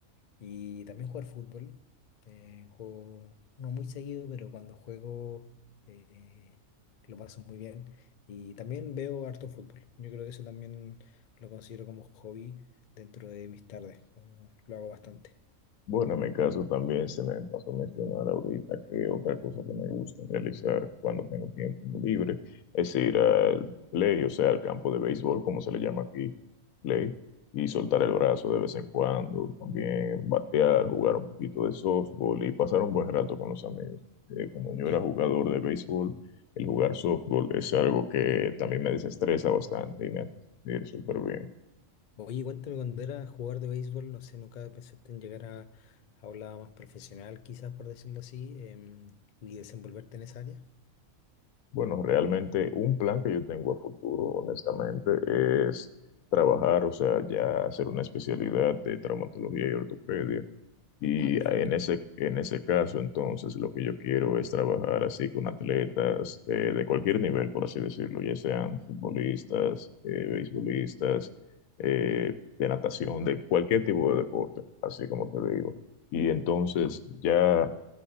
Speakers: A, on the left; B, on the left.
A: Y también jugar fútbol. Eh, juego no muy seguido, pero cuando juego eh, lo paso muy bien. Y también veo harto fútbol. Yo creo que eso también lo considero como hobby dentro de mis tardes. como Lo hago bastante.
B: Bueno, en mi caso también se me pasó a mencionar ahorita que otra cosa que me gusta realizar cuando tengo tiempo libre es ir al play, o sea, al campo de béisbol, como se le llama aquí, play, y soltar el brazo de vez en cuando, también batear, jugar un poquito de softball y pasar un buen rato con los amigos. Eh, como yo
A: Sí.
B: era jugador de béisbol, el jugar softball es algo que también me desestresa bastante y me hace sentir súper bien.
A: Oye, cuéntame cuando era jugador de béisbol, no sé, nunca pensaste en llegar a, a un lado más profesional, quizás por decirlo así, em, y desenvolverte en esa área.
B: Bueno, realmente un plan que yo tengo a futuro, honestamente, es trabajar, o sea, ya hacer una especialidad de traumatología y ortopedia. Y
A: Ah, perfecto.
B: en ese, en ese caso, entonces, lo que yo quiero es trabajar así con atletas eh, de cualquier nivel, por así decirlo, ya sean futbolistas, eh, beisbolistas, eh, de natación, de cualquier tipo de deporte, así como te digo. Y entonces ya